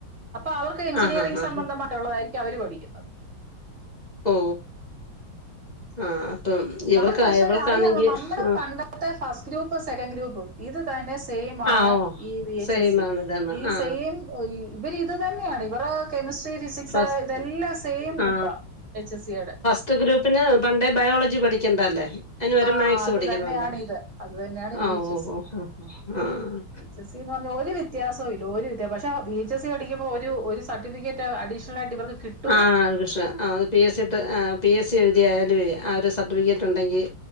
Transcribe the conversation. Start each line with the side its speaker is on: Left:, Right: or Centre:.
Right: അപ്പൊ അവർക്ക് എഞ്ചിനീയറിംഗ്സ്
Left: ആഹ് ആഹ് ആഹ്
Right: സംബന്ധമായിട്ടുള്ളതായിരിക്കും അവര് പഠിക്ക്യുന്ന
Left: ഓഹ് ആഹ് അപ്പം
Right: നമ്മള്
Left: ഇവർക്ക്
Right: പക്ഷേല്ലാ
Left: ഇവൾക്കാണെങ്കി
Right: അറിയാമോ നമ്മടെ
Left: ആ
Right: പണ്ടത്തെ ഫസ്റ്റ് ഗ്രൂപ്പ് സെക്കൻഡ് ഗ്രൂപ്പും ഇത് തന്നെ സെയിമാണ്
Left: ആ ഓ
Right: ഈ വി എച്ച്
Left: സെയിം
Right: എസി
Left: ആണ് ഇതെന്നാ
Right: ഈ
Left: ആ
Right: സെയിം ഓഹ് ഇവര് ഇത് തന്നെയാണ് ഇവരെ കെമിസ്ട്രി ഫിസിക്സ്
Left: ഫസ്റ്റ്
Right: ഇതെല്ലാം സെയിം
Left: ആ
Right: ബുക്കാ വി എച്ച് എസ് ഇയെടെ
Left: <unintelligible> ഗ്രൂപ്പിന് പണ്ടേ ബയോളജി പഠിക്കേണ്ടല്ലേ അയിന് പകരം
Right: ആ
Left: മാത്‌സ്
Right: അത്
Left: പഠിക്കണല്ലോ
Right: തന്നെയാണ് ഇത് അത് തന്നെയാണ് വി
Left: ആഹ്
Right: എച്ച്
Left: ഓഹ്
Right: എസ് സി
Left: ഓഹ് ഓഹ് ആഹ് ആഹ്
Right: വി എച്ച് എസ് ഇ ന്ന് പറഞ്ഞ് ഒരു വ്യത്യാസവുല്ല ഒരു വ്യത്യാ പക്ഷേ വി എച്ച് എസ് ഇ പഠിക്കുമ്പോ ഒരു ഒരു സർട്ടിഫിക്കറ്റ് അഡീഷണലായിട്ട് ഇവർക്ക് കിട്ടുക
Left: ആഹ് അത് പ്രശ്നാ ആഹ് അത് പി എസ് സി ടെ ആഹ് പി എസ് സി എഴുതിയാലുവേ ആഹ് ഒരു സർട്ടിഫിക്കറ്റ് ഉണ്ടെങ്കി